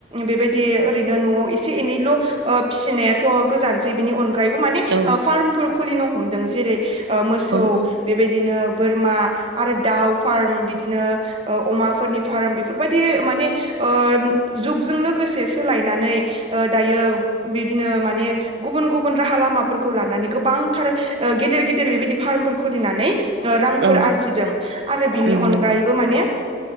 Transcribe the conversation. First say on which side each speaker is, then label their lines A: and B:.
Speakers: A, on the right; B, on the right.
A: बेबायदि ओरैनो न'आव एसे एनैल' फिसिनायाथ' गोजानसै बिनि अन गायैबो माने
B: औ
A: फार्मफोर खुलिनो हमदों जेरै मोसौ
B: औ
A: बेबायदिनो बोरमा आरो दाउ फार्म बिदिनो ओ अमा फोरनि फाराम बि फोरबायदि माने ओ जुगजों लोगोसे सोलायनानै ओ दायो बिदिनो माने गुबुन गुबुन राहा लामाफोरखौ लानानै गोबांथार गेदेर गेदेर बेबायदि फार्मफोर खुलिनानै रांफोर
B: औ
A: आरजिदों आरो बिनि
B: उम
A: अनगायैबो
B: नंगौ
A: माने